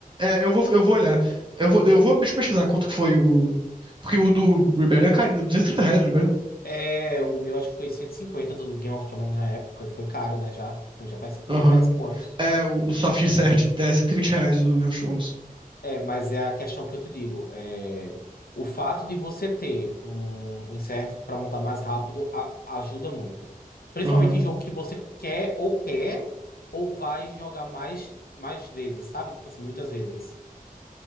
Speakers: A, on the right; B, on the left.
A: é, eu vou, eu vou olhar. Eu vou, eu vou deixa eu pesquisar quanto que foi o. Porque o do Rebellion é carinho, 230 reais o Rebellion.
B: É, o meu acho que foi 150 do Game of Thrones na época, e foi caro, né? Já, tipo, já faz cinco,
A: Aham.
B: mais de 5 anos.
A: É, o soft insert é 120 reais o do Game of Thrones.
B: É, mas é a questão que eu te digo. É, o fato de você ter um, um insert para montar mais rápido a- ajuda muito. Principalmente
A: Aham.
B: em jogo que você quer ou quer, ou vai jogar mais, mais vezes, sabe? Tipo assim, muitas vezes. <laughs>